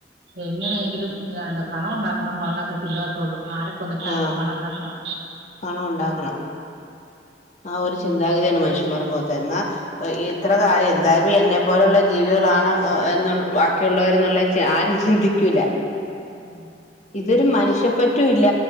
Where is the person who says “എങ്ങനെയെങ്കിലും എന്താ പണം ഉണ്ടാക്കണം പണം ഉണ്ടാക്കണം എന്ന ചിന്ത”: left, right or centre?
Right